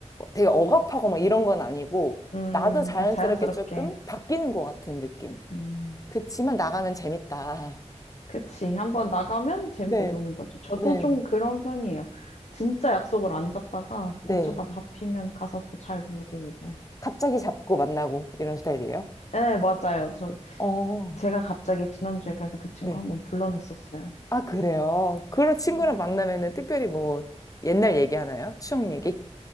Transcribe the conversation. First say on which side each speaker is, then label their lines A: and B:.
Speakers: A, on the left; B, on the left.
A: 되게 억압하고 막 이런 건 아니고
B: 음,
A: 나도 자연스럽게
B: 그냥 자연스럽게.
A: 조금 바뀌는 것 같은 느낌.
B: 음,
A: 그치만 나가면 재밌다.
B: 그치. 한번 나가면 재밌게
A: 네,
B: 노는 거죠. 저도
A: 네.
B: 좀 그런 편이에요. 진짜 약속을 안 잡다가
A: 네.
B: 어쩌다 잡히면 가서 또 잘 놀고 오고.
A: 갑자기 잡고 만나고 이런 스타일이에요?
B: 네, 맞아요. 저
A: 어,
B: 제가 갑자기 지난주에 그래서 그 친구
A: 네.
B: 한번 불러냈었어요.
A: 아, 그래요. 그런 친구랑
B: 네.
A: 만나면은 특별히 뭐 옛날 얘기 하나요? 추억 얘기?